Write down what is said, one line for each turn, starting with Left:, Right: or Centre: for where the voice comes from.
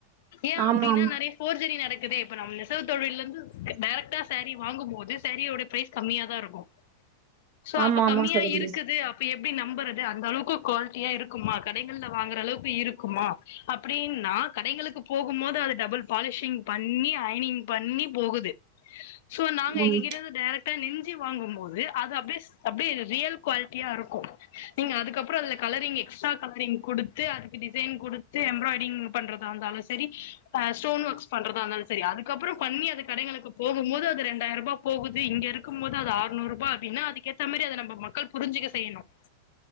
Left: ஏன்
Right: ஆமா
Left: அப்படின்னா நிறைய ஃபோர்ஜரி நடக்கு தே இப்ப நம்ம நெசவு தொழில இருந்து டைரக்டா சாரீ வாங்கும்போது சாரீோட பிரைஸ் கம்மியா தான் இருக்கும் சோ
Right: ஆமா ஆமா
Left: அப்ப
Right: ஆமா
Left: கம்மியா
Right: சகோதரி
Left: இருக்குது அப்ப எ ப்டி நம்பறது அந்த அளவுக்கு குவாலிட்டியா இருக்குமா கடைகள்ல வாங்கற அளவுக்கு இருக்குமா அப்படின்ன கடைகளுக்கு போகும் போது அது டபுள் பாலிஷிங் பண்ணி ஐயனிங் பண்ணி போகுது சோ நாங்க
Right: ம்
Left: எங்ககிட்ட இருந்து டைரெக்டா நென்சு வாங்கும்பது அது அப்டி அப்டியே ரியல் குவாலிட்டியா இருக்கும் நீங்க அதுக்கப்புறம் அதுல கலரிங் எக்ஸ்ட்ரா கலரிங் கொடுத்து அதுக்கு டிசைன் கொடுத்து எம்ப்ராய்டரிங் பண்றத இருந்தாலும் சரி ஹ ஸ்டோன் ஒர்க்ஸ் பண்றதா இருந்தாலும் சரி அதுக்கப்புறம் பண்ணி அது கடைளுக்கு போகும் போது அது ரெண்டாயிரம் ரூபாய் போகுது இங்க இருக்கும் போது அது அறுநூறு ரூபா அப்படின்னா அதுக்கேத்த மாதிரி அதை நம்ம மக்கள் புரிஞ்சுிக்க செய்யணும்